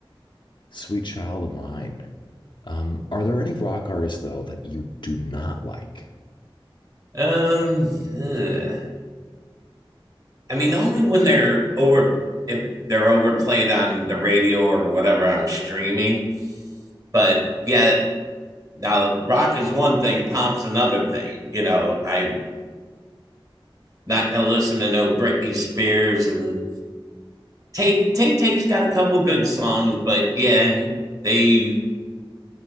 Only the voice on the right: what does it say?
Um, ugh. I mean, only when they're over if they're overplayed on the radio or whatever I'm streaming. But yeah, Now, rock is one thing, pop's another thing. You know, I'm not gonna listen to no Britney Spears and Tay Tay Tay's got a couple good songs, but yeah, they